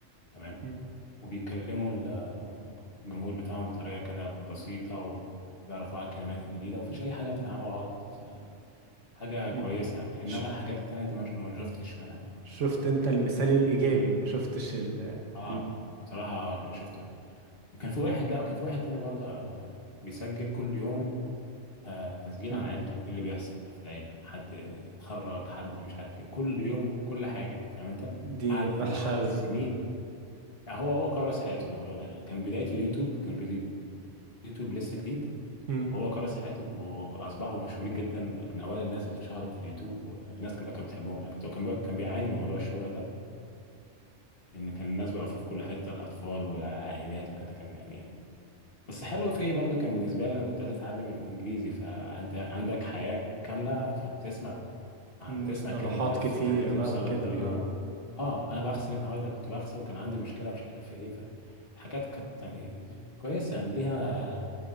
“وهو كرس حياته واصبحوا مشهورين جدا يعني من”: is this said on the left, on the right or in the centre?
Left